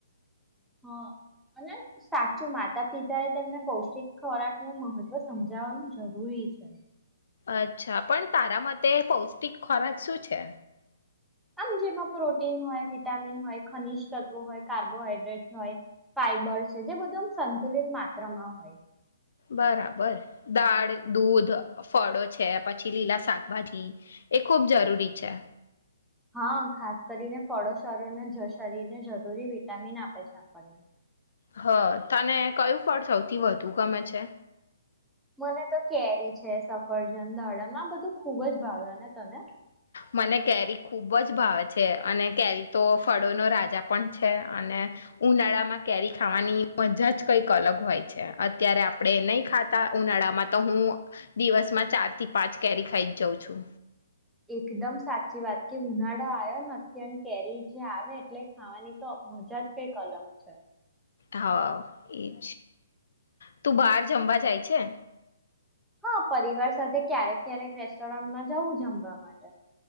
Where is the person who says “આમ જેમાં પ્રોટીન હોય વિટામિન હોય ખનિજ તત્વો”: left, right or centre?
Centre